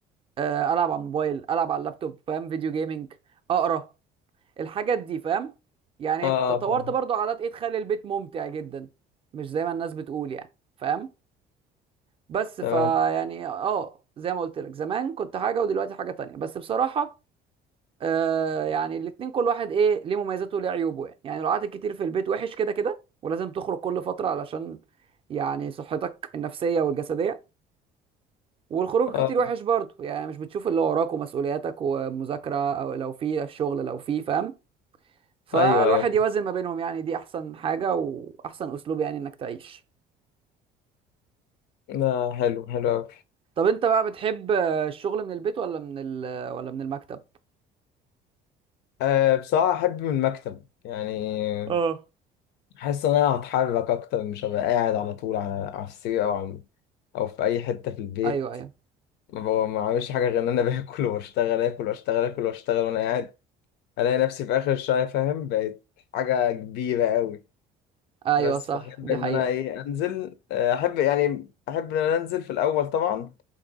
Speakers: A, on the right; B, on the left.
A: آه، العب على الموبايل العب على اللابتوب فاهم فيديو جيمنج اقرا الحاجات دي فاهم يعني
B: اه اه
A: ابت- طورت
B: طبعا
A: برضو عادات ايه تخلي البيت ممتع جدا مش زي ما الناس بتقول يعني فاهم بس
B: تمام
A: فيعني اه زي ما قلت لك زمان كنت حاجه ودلوقتي حاجه تانية بس بصراحه آه يعني الاتنين كل واحد ايه ليه مميزاته وليه عيوبه يعني يعني لو قعدت كتير في البيت وحش كده كده ولازم تخرج كل فتره علشان يعني صحتك النفسيه والجسديه والخروج
B: اه
A: كتير وحش برضه يعني مش بتشوف اللي وراك ومسؤولياتك ومذاكره او لو في الشغل لو في فاهم فالواحد
B: ايوه ايوه
A: يوازن ما بينهم يعني دي احسن حاجة واحسن اسلوب يعني انك تعيش
B: لا حلو حلو اوي
A: طب انت بقى بتحب آه، الشغل من البيت ولا من ال ولا من المكتب
B: آه بصراحة احب من المكتب يعني
A: اه
B: حاسس ان انا هتحرك اكتر مش هبقى قاعد على طول على, على السرير او على او في اي حتة في البيت
A: ايوه ايوه
B: ما بقى- ما بعملش حاجة غير ان انا <laughs> باكل واشتغل اكل واشتغل اكل واشتغل وانا قاعد الاقي نفسي في اخر الشهر فاهم بقت حاجه كبيره قوي
A: ايوه
B: بس
A: صح
B: بحب
A: دي
B: ان
A: حقيقة
B: انا ايه انزل آه، احب يعني احب ان انا انزل في الاول طبعا